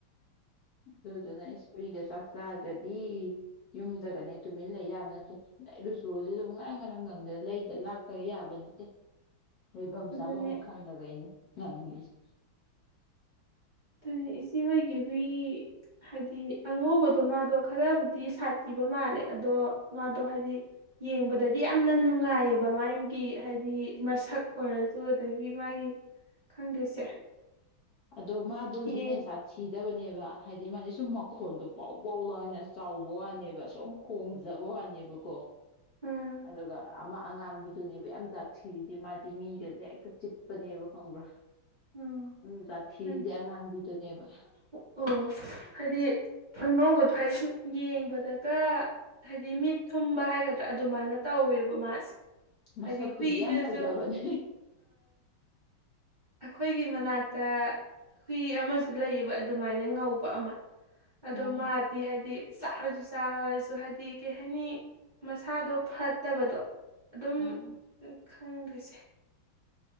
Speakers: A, on the left; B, on the right.
A: ꯑꯗꯨ ꯑꯗꯨꯗꯁꯣꯒ ꯁꯥ ꯥꯛ ꯆꯥꯗ꯭ꯔꯗꯤ ꯌꯨꯝꯗꯒꯅꯦ ꯇꯨꯃꯤꯟ ꯂꯩ ꯌꯥꯝꯕ ꯅꯠꯇꯦꯗ ꯂꯨꯁꯨꯁꯤ ꯑꯗꯨꯝ ꯉꯔꯥꯡ ꯉꯔꯥꯡ ꯉꯪꯗꯅ ꯂꯩꯗ ꯂꯥꯛꯇꯕ ꯌꯥꯕ ꯅꯠꯇꯦ ꯂꯩꯐꯝ
B: ꯑꯗꯨꯅꯦ
A: ꯆꯥꯐꯝ ꯑꯃ ꯈꯪꯗꯒꯩꯅꯤ ꯉꯥꯡꯅꯤꯡꯉꯁꯦ
B: ꯑꯗꯨꯅꯦ ꯏꯆꯦ ꯍꯣꯏꯒꯤ ꯍꯨꯏ ꯍꯥꯏꯗꯤ ꯑꯉꯧꯕꯗꯣ ꯃꯥꯗꯣ ꯈꯔꯕꯨꯗꯤ ꯁꯥꯊꯤꯕ ꯃꯥꯜꯂꯦ ꯑꯗꯣ ꯃꯥꯗꯣ ꯍꯥꯏꯗꯤ ꯌꯦꯡꯕꯗꯗꯤ ꯌꯥꯝꯅ ꯅꯨꯡꯉꯥꯏꯌꯦꯕ ꯃꯥꯒꯤ ꯍꯥꯏꯗꯤ ꯃꯁꯛ ꯑꯣꯏꯔꯁꯨ ꯑꯗꯒꯤ ꯃꯥꯒꯤ ꯈꯪꯗꯦꯁꯦ
A: <inaudible> ꯑꯗꯣ ꯃꯥꯗꯨꯗꯤꯅꯦ
B: ꯌꯦꯡ
A: ꯁꯥꯁꯤꯤ ꯍꯥꯏꯗꯕꯅꯦꯕ ꯍꯥꯏꯗꯤ ꯃꯥꯗꯤ ꯁꯨꯝ ꯃꯈꯣꯟꯗꯣ ꯄꯥꯎ ꯄꯥꯎ ꯂꯥꯎꯅ ꯆꯥꯎꯕ ꯋꯥꯅꯦꯕ ꯁꯨꯝ ꯈꯣꯡꯖꯕ ꯋꯥꯅꯦꯕꯀꯣ
B: ꯎꯝ
A: ꯑꯗꯨꯒ ꯑꯃ ꯑꯉꯥꯡꯒꯤꯗꯨꯅꯦꯕ ꯌꯥꯝ ꯆꯥꯛ ꯊꯔꯤꯗꯤ ꯃꯥꯗꯤ ꯃꯤꯒꯁꯦ ꯍꯦꯛꯇ ꯆꯤꯛꯄꯅꯦꯕ ꯈꯪꯕ꯭ꯔꯥ
B: ꯎꯝ
A: ꯖꯥꯊꯤꯔꯤꯗꯤ
B: ꯍꯥꯏꯗꯤ
A: ꯑꯉꯥꯡꯕꯤꯗꯨꯅꯦꯕ
B: ꯑꯣ ꯍꯥꯏꯗꯤ ꯑꯅꯧꯕꯗꯣ ꯍꯥꯏꯗꯤ ꯁꯨꯝ ꯌꯦꯡꯕꯗꯒ ꯍꯥꯏꯗꯤ ꯃꯤꯠ ꯊꯨꯝꯕ ꯍꯥꯏꯒꯗ꯭ꯔꯥ ꯑꯗꯨꯃꯥꯏꯅ ꯇꯧꯋꯦꯕ ꯃꯥꯁꯦ
A: ꯃꯁꯛꯄꯨꯗꯤ
B: ꯍꯥꯏꯗꯤ ꯍꯨꯏꯗꯁꯨ
A: ꯌꯥꯝ ꯐꯖꯕꯅꯦ
B: ꯑꯩꯈꯣꯏꯒꯤ ꯃꯅꯥꯛꯇ ꯍꯨꯏ ꯑꯃꯁꯨ ꯂꯩꯌꯦꯕ ꯑꯗꯨꯃꯥꯏꯅ ꯉꯧꯕ ꯑꯃ ꯑꯗꯣ
A: ꯎꯝ
B: ꯃꯥꯗꯤꯤ ꯍꯥꯏꯗꯤ ꯆꯥꯔꯁꯨ ꯆꯥꯔꯁꯨ ꯍꯥꯏꯗꯤ ꯀꯩ ꯍꯥꯏꯅꯤ ꯃꯁꯥꯗꯣ ꯐꯠꯇꯕꯗꯣ ꯑꯗꯨꯝ
A: ꯎꯝ
B: ꯈꯪꯗꯣꯏꯁꯦ